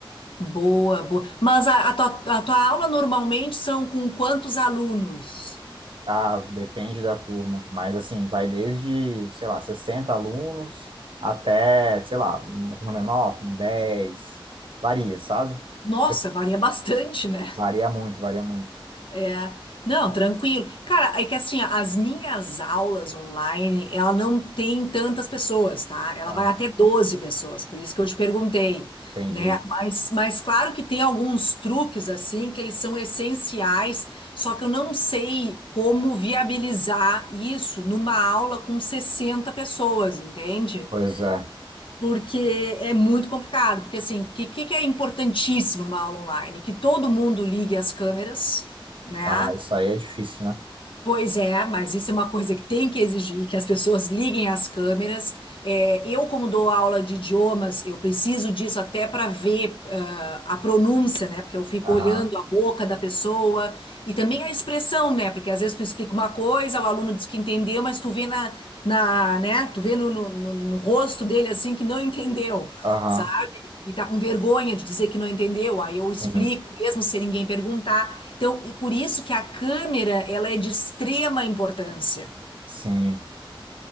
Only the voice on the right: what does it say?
Ah, depende da turma, mas assim, vai desde, sei lá, 60 alunos até, sei lá, uma turma menor, com 10, varia, sabe?
Porque assim,
varia muito, varia muito.
Aham,
entendi.
Pois é.
Ah, isso aí é difícil, né?
Aham,
aham,
sim,
sim.